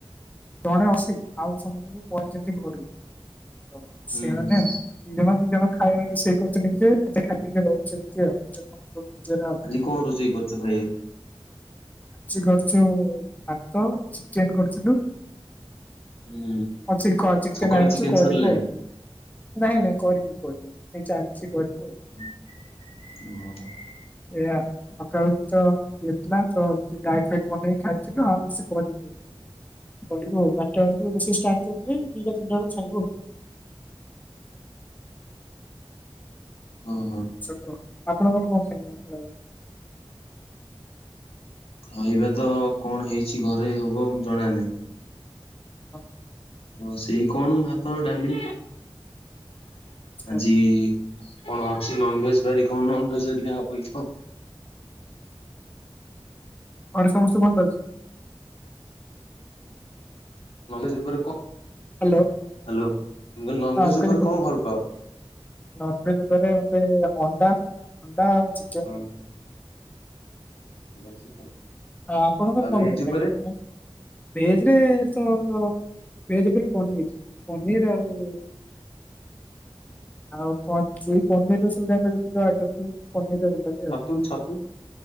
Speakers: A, on the left (about 15°); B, on the left (about 80°).
A: ଜଣେ ଅଛି ଆଉ ସମସ୍ତଙ୍କୁବୁ ପଳେଇଛନ୍ତି ଘରକୁ ତ
B: ହୁଁ
A: ସେମାନେ
B: ହୁଁ
A: ଦି ଜଣ ଦି ଜଣ ଖାଇବା ରୋଷେଇ କରୁଛନ୍ତି ଯେ ନିତେ ଖାଇ ପିକି ରହୁଛନ୍ତି <unintelligible>
B: ଆଜି କଣ ରୋଷେଇ କରିଛ ଖାଇବା ପାଇଁ?
A: ଆଜି କରିଛୁ ଭାତ, ଚିକେନ୍ କରିଥିଲୁ
B: ହୁଁ
A: ଆଉ ଚିକ ଚିକେନ୍
B: ସକାଳୁ
A: ଆଣିଥିଲୁ
B: ଚିକେନ
A: କରିବୁ
B: ସରିଲାଣି?
A: ଆଉ। ନାଇଁ ନାଇଁ କରିବୁ କରିବୁ ଏଇ ଚାଲିଛି କରିବୁ ଆଉ।
B: ହୁଁ।
A: ସେଇୟା ସକାଳ ଏ ତ ଇଥିଲା ତ ଏମିତି ଡାଇଟ୍ ଫାଇଟ୍ ବନେଇକି ଖାଇଥିଲୁ ଆଉ କିଛି କରିନି। କରିବ ଆଉ ବାରଟା ବେଳକୁ ରୋଷେଇ ଷ୍ଟାର୍ଟ କରିଥିଲେ ଦିଟା ତିିଟା ବେଳକୁ ସରିବ ଆଉ।
B: ହଁ, ହଁ।
A: ସବୁ ଆପଣଙ୍କର କଣ ଖାଇବା ଖାଉ?
B: ଖାଇବା ତ କଣ ହେଇଛି ଘରେ ହବ ମୁଁ ଜଣା ନାହିଁ।
A: ହଁ।
B: ହଁ, ସେଇ କଣ ଭାତ, ଡାଲି
A: ଆଚ୍ଛା
B: ଆଜି କଣ ଅଛି ନନଭେଜ ବାରି କଣ ନନଭେଜ ହେରିକା ହବ କି କଣ?
A: ଘରେ ସମସ୍ତେ ଭଲ ଅଛି?
B: ନନଭେଜ ଉପରେ କଣ
A: ହ୍ୟାଲୋ
B: ହାଲୋ ମୁଁ କହିଲି ନନଭେଜ
A: ହଁ ମୁଁ କହିଲି
B: ଉପରେ କଣ ଭଲ ପାଅ?
A: ନନଭେଜ ଉପରେ ମତେ ଅଣ୍ଡା, ଅଣ୍ଡା ଆଉ ଚିକେନ
B: ହଁ
A: ହେଇଥିଲା
B: <unintelligible>
A: ଆ ଆପଣଙ୍କର
B: ଆଉ
A: କଣ
B: ଭେଜ
A: ଭଲ
B: ଉପରେ
A: ଲାଗିବ ଆପଣ ଭେଜ ରେ ତ ଭେଜ ଭିତରେ ପନିର୍, ପନିର୍ ଆଉ ଆଉ କ ସେଇ ପନିର୍ ର ସବୁତାଙ୍କ ଯେତିକି ଆଇଟମ୍ ସବୁ ପନିର୍ ର ଭଲ ଲାଗେ। ଆଉ।
B: ଛତୁ, ଛତୁ